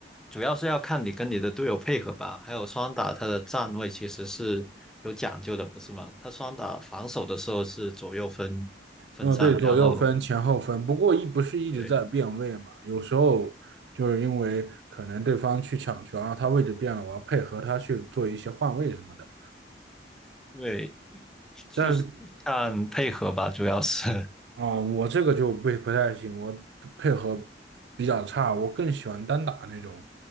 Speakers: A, in the centre; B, on the right.
A: 主要是要看你跟你的队友配合吧。还有双打，它的站位其实是有讲究的，不是吗？它双打防守的时候是左右分分站，
B: 嗯，对，左右分、
A: 然后
B: 前后分，不过一不是一直在变位嘛，
A: 对。
B: 有时候就是因为可能对方去抢球，然后他位置变了，我要配合他去做一些换位什么的。
A: 对，就是看配合吧，
B: 但是
A: 主要是。<laughs>
B: 啊、我这个就不不太行，我配合比较差，我更喜欢单打那种，